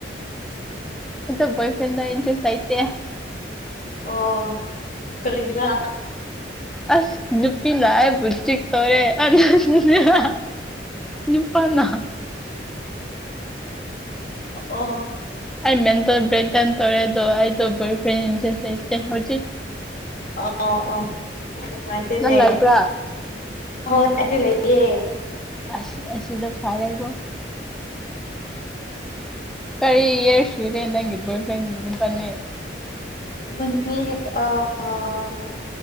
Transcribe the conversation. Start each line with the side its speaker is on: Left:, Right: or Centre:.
Centre: ꯑꯩꯗ‌ꯣ ꯕ‌ꯣꯏ ꯐ꯭ꯔꯦꯟꯗ ꯏꯟꯇ꯭ꯔꯦꯁ ꯂꯩꯇ‌ꯦ
Left: ꯑꯣ ꯀꯔꯤꯒꯤꯔꯥ
Centre: ꯑꯁ ꯅꯨꯄꯤ ꯂꯥꯛꯑꯦ <unintelligible> ꯇꯧꯔꯦ ꯑꯗꯨꯗꯨꯅ ꯅꯨꯄꯥꯥꯅ
Left: ꯑꯣ
Centre: ꯑꯩ ꯃꯦꯟꯇꯜ ꯕꯔꯦꯛꯗꯥꯎꯟ ꯇꯧꯔꯦ ꯑꯗ‌ꯣ ꯑꯩꯗ‌ꯣ ꯕ‌ꯣꯏ ꯐ꯭ꯔ‌ꯦꯟ ꯏꯟꯇꯔꯦꯁ ꯂꯩꯇ‌ꯩ ꯍꯨꯖꯤꯛ
Left: ꯑꯣ ꯑꯣ ꯅꯨꯡꯉꯥꯏꯇ‌ꯦꯅꯦ
Centre: ꯅꯪ ꯂꯩꯕ꯭ꯔꯥ
Left: ꯑꯩꯗꯤ ꯂꯩꯌꯦ
Centre: ꯑꯁ ꯑꯁꯤꯗ ꯐꯥꯔꯦꯒꯣ ꯀꯔꯤ ꯏꯌꯥꯔꯁ ꯁꯨꯔꯦ ꯅꯪꯒꯤ ꯕ‌ꯣꯏꯐ꯭ꯔ‌ꯦꯟ ꯅꯕꯅꯤ
Left: ꯏꯕꯥꯅꯤ <unintelligible>